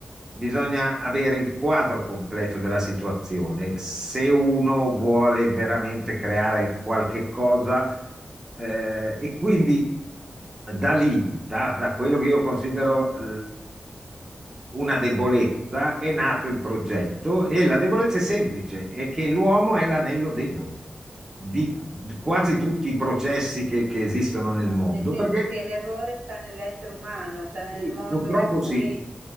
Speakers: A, on the right; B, on the right.
A: bisogna avere il quadro completo della situazione. Se uno vuole veramente creare qualche cosa, eh, e quindi da lì, da, da quello che io considero eh, una debolezza, è nato il progetto e la debolezza è semplice, è che l'uomo è l'anello debole di quasi tutti i processi che, che esistono nel mondo,
B: Nel senso
A: perché
B: che l'errore sta nell'essere umano, sta nel
A: sì,
B: modo
A: purtroppo
B: in cui
A: sì,